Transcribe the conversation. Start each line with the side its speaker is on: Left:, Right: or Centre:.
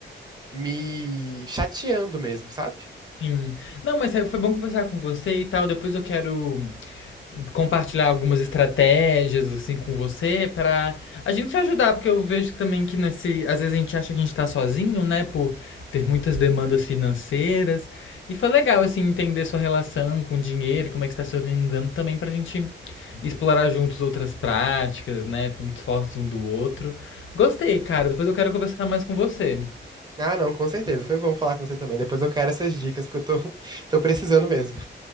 Right: me chateando mesmo, sabe?
Left: Sim. Não, mas é- foi bom conversar com você e tal. Depois eu quero compartilhar algumas estratégias assim com você para a gente se ajudar, porque eu vejo também que nesse, às vezes a gente acha que a gente tá sozinho, né, por ter muitas demandas financeiras. E foi legal assim entender sua relação com o dinheiro, como é que está se organizando também pra gente explorar juntos outras práticas, né, pontos fortes um do outro. Gostei, cara. Depois eu quero conversar mais com você.
Right: Ah, não, com certeza. Foi bom falar com você também. Depois eu quero essas dicas, porque eu tô, <laughs> tô precisando mesmo.